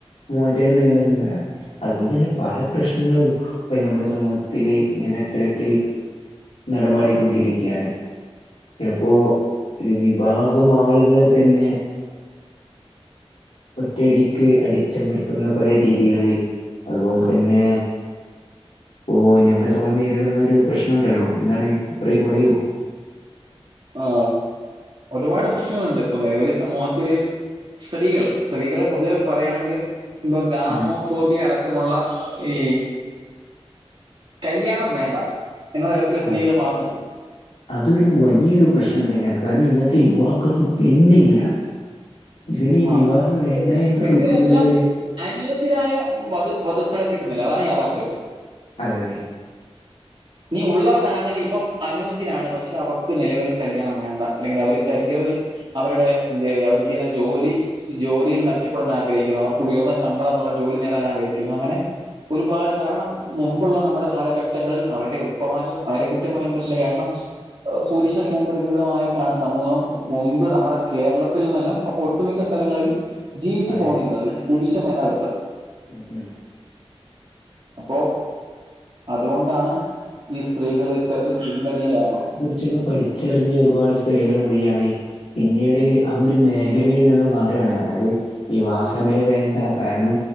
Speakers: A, on the left (about 80°); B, on the right (about 55°).
A: മോചനം നേടന്ന്ള്ളാണ് അതുപോലെ തന്നെ പല പ്രശ്നങ്ങളും അപ്പൊ ഞമ്മളെ സമൂഹത്തില് ഇങ്ങനെ ഇത്തരത്തിൽ നടമാടിക്കൊണ്ടിരിക്യാണ് ചിലപ്പോ ഒരു വിഭാഗം ആളുകളെ തന്നെ. ഒറ്റടിക്ക് അടിച്ചമർത്തുന്ന പല രീതികളിൽ. അതുപോലെ തന്നെ പ്പോ ഞമ്മളെ സമൂഹം നേരിടുന്ന പ്രശ്നണ്ടല്ലോ എന്താണ് പറയൂ പറയൂ
B: ആ ഒരുപാട് പ്രശ്നങ്ങളുണ്ട് ഇപ്പൊ നിലവിൽ സമൂഹത്തില് സ്ത്രീകൾ സ്ത്രീകളെ പൊതുവെ പറയാണെങ്കിൽ ഇപ്പ ഗാമോ
A: ഉം
B: ഫോബിയ അടക്കമുള്ള ഈ കല്യാണം വേണ്ട എന്ന തരത്തില് സ്ത്രീകള്
A: അതെ
B: മാറുന്നുണ്ട്!
A: അതൊരു വലിയൊരു പ്രശ്നം തന്നെയാണ് കാരണം ഇന്നത്തെ യുവാക്കൾക്ക് പെണ്ണില്ല! ഇവര് ഈ
B: ആഹ്
A: വിവാഹം വേണ്ട എന്ന്
B: പെണ്ണിനെന്നല്ല
A: വയ്ക്കുന്നതിലൂടെ
B: അനുയോജ്യരായ വധു വധുക്കളെ കിട്ടുന്നില്ല. അതാണ് യാഥാർത്ഥ്യം.
A: അതെ അതെ.
B: ഇനീ ഉള്ളവരാണെങ്കിൽ ഇപ്പം അനുയോജരാണ്, പക്ഷെ അവർക്ക് നിലവിൽ കല്യാണം വേണ്ട അല്ലെങ്കിൽ അവർ കരിയറിൽ. അവരുടെ എന്തേ അവര് ചെയ്യുന്ന ജോലി. ജോലിയിൽ മെച്ചപ്പെടാൻ ആഗ്രഹിക്കുന്നു. അവർക്ക് ഉയർന്ന ശമ്പളമുള്ള ജോലി നേടാൻ ആഗ്രഹിക്കുന്നു. അങ്ങനെ ഒരുപാട് കാരണം മുമ്പുള്ള നമ്മുടെ കാലഘട്ടങ്ങളിൽ അവരെ ഉപ്പമാരും അവരെ കുറ്റം പറയാൻ പറ്റില്ല കാരണം. പുരുഷ കേന്ദ്രീകൃതമായിട്ടാണ് സമൂഹം മുൻപ് നമ്മുടെ കേരളത്തിൽ നിന്നല്ല ഒട്ടുമിക്ക സ്ഥലങ്ങളിലും. ജീവിച്ചു
A: അതെ
B: പോന്നിരുന്നത്,
A: അതെ
B: ഒരു പുരുഷ മേധാവിത്വം.
A: ഉം ഉം
B: അപ്പോ അതുകൊണ്ടാണ് ഈ സ്ത്രീകള് ഇത്തരത്തിൽ പിൻവലിയാൻ കാരണം.
A: ച്ചൊക്കെ പഠിച്ചറിഞ്ഞ ഒരുപാട് സ്ത്രീകൾ എന്ത് ചെയ്യാണ് പിന്നീട് ആ ഒരു മേ മേഖലയിൽ നിന്ന് മാറുകയാണ് അതായത് വിവാഹമേ വേണ്ട കാരണം